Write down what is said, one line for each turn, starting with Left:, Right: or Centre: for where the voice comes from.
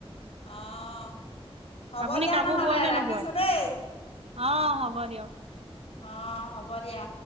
Left: অঁ হ'ব
Right: আপুনি
Left: দিয়া
Right: কাপোৰ
Left: নহ'লে
Right: বয় নে
Left: ৰাখিছোঁ
Right: নবয়
Left: দেই
Right: অ হ'ব দিয়ক
Left: অ হ'ব দিয়া